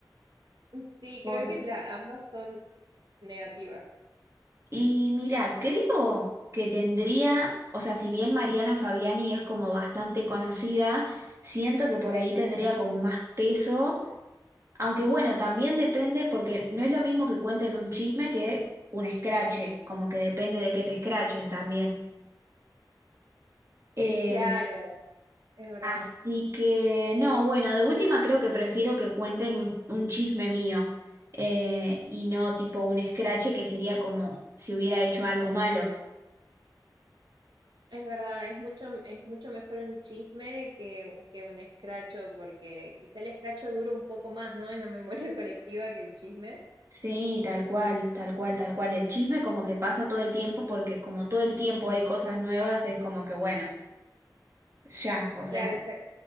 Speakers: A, on the right (about 85°); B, on the right (about 40°).
A: <laughs> Sí,
B: Por-
A: creo que la- ambas son negativas.
B: Y mira, creo que tendría, o sea, si bien Mariana Fabiani es como bastante conocida, siento que por ahí tendría como más peso, aunque bueno, también depende porque no es lo mismo que cuenten un chisme que un escrache, como que depende de que te escrachen también. Eh,
A: Claro, es verdad.
B: Así que, no, bueno, de última creo que prefiero que cuenten un, un chisme mío eh, y no tipo un escrache que sería como si hubiera hecho algo malo.
A: Es verdad, es mucho, es mucho mejor un chisme que, que un escracho, porque quizá el escracho dura un poco más, ¿no? En la memoria <laughs> colectiva que el chisme.
B: Sí, tal cual, tal cual, tal cual. El chisme como que pasa todo el tiempo porque como todo el tiempo hay cosas nuevas, es como que bueno, ya, o sea,
A: Claro, ya,